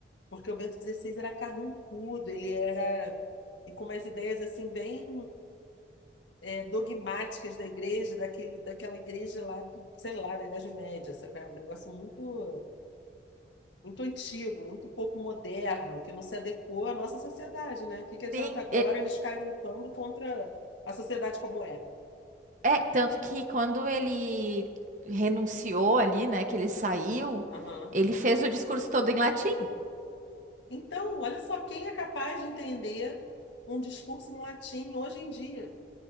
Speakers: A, on the left; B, on the right.
A: Porque o Bento XVI era carrancudo, ele era. E com umas ideias assim bem é, dogmáticas da igreja, daquele, daquela igreja lá, do, sei lá, da Idade Média, sabe? qual é? Um negócio muito, muito antigo, muito pouco moderno, que não se adequou à nossa sociedade, né? O que que adianta
B: Sim,
A: agora
B: e-
A: eles ficarem lutando contra a sociedade como é?
B: é, tanto que quando ele renunciou ali, né, que ele saiu,
A: Aham.
B: ele fez o discurso todo em latim.
A: Então, olha só, quem é capaz de entender um discurso em latim hoje em dia?